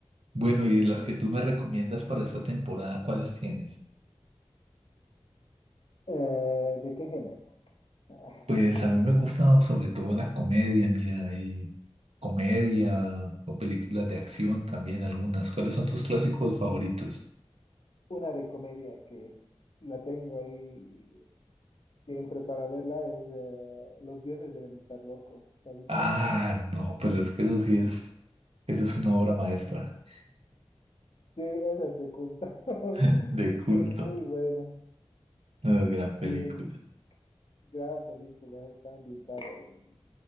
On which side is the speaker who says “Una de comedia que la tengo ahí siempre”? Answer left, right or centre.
Left